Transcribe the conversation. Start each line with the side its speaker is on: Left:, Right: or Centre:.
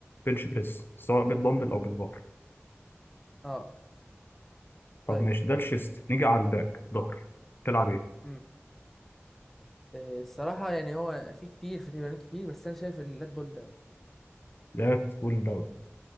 Left: بنش بريس سواء بالدمبل او بالبار
Centre: اه
Left: طب
Centre: طيب
Left: ماشي ده الشيست نيجي على الباك ظهر تلعب ايه؟
Centre: امم آه، الصراحه يعني هو في كتير في تمارين كتير بس انا شايف اللات بول داون
Left: لات بول داون